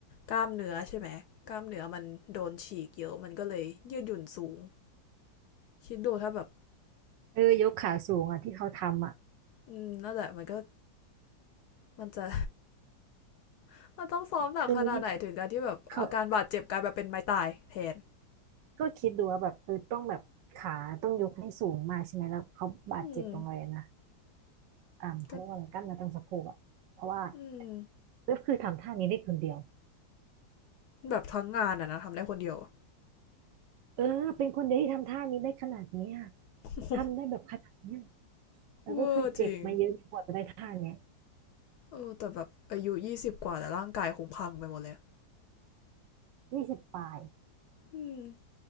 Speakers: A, on the left; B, on the right.
A: กล้ามเนื้อใช่ไหมกล้ามเนื้อมันโดนฉีกเยอะ มันก็เลยยืดหยุ่นสูง คิดดูถ้าแบบ
B: เออยกขาสูงอ่ะที่เขาทำอ่ะ
A: อืมนั่นแหละมันก็มันจะ <laughs> มันต้องซ้อมหนักขนาดไหนถึงการที่แบบอาการบาดเจ็บกลายมาเป็นไม้ตายแทน
B: คือเขาก็คิดดูว่าแบบเออต้องแบบขาต้องยกให้สูงมากใช่ไหมแล้วเขาบาดเจ็บตรงเลยนะ
A: อืม
B: อ่าเขาเรียกว่าอะไรกล้ามเนื้อตรงสะโพกอ่ะเพราะว่า
A: ก็อืม
B: ก็คือทำท่านี้ได้คนเดียว
A: แบบทั้งงานอะนะทำได้คนเดียว <laughs>
B: เออเป็นคนเดียวที่ทำท่านี้ได้ขนาดนี้อะ
A: โอ้โห
B: ทำได้แบบขนาดเนี้ยแล้วก็คือเจ็บมาเยอะกว่าจะได้ท่าเนี้ย
A: เวอร์จริงเออแต่แบบอายุยี่สิบกว่าแต่ร่างกายคงพังไปหมดเลย
B: ยี่สิบปลาย
A: อืม